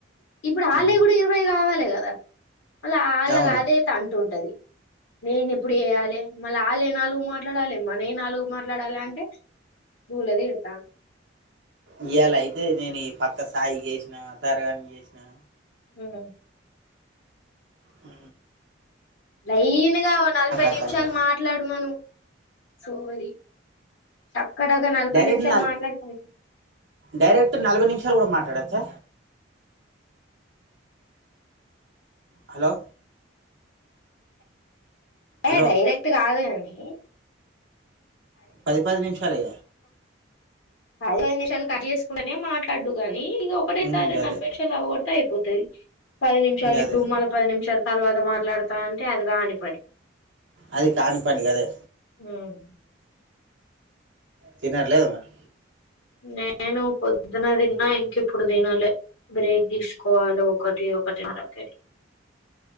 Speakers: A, on the left; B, on the right.
A: ఇప్పుడు ఆళ్ళై
B: ఉమ్,
A: కూడా ఇరవై కావాలి గా కద మళ్ళ అళ్లాగా
B: అవును
A: అదే తంటు ఉంటది నేను ఎప్పుడు ఏయాలి మళ్ళ ఆళ్ నాలుగు మాట్లాడాలి మనై నాలుగు మాట్లాడాలి అంటే భూలది ఇతాను
B: ఇయాల అయితే నేను ఈ పక్క సాయి చేసినా తరగాని చేసినా
A: హ్మ్
B: ఆ
A: లైన్గా ఓ నలభై
B: అద్దంట
A: నిమిషాలు మాట్లాడు మనం సోది చక్కడాగా నలభై
B: డైరెక్ట్
A: నిమిషాలు
B: నల్
A: మాట్లాడితే అయి
B: డైరెక్ట్ <unintelligible> కూడా మాట్లాడొచ్చా హలో హలో
A: ఏ డైరెక్ట్ కాదు హలో
B: పది పది నిమిషాలే
A: పది పది నిమిషాలు కట్ చేసుకుంటనే మాట్లాడుదు గానీ ఇది ఒకటేసారి
B: ఉమ్, గదే
A: నలభై నిమిషాలు అవ్వగొడతే అయిపోతుంది అయి పది నిమిషాలు
B: గదే
A: ఈ పూమాల పది నిమిషాలు తర్వాత మాట్లాడతా అంటే అదిగానిపని
B: అది కాని పని కదే
A: హ్మ్
B: తినలేదు మరి
A: నేను పొద్దున తిన్నా ఇంక ఇప్పుడు తినలే బ్రేక్ తీసుకోవాలి ఒకటి ఒకటిన్నరకు వెళ్ళి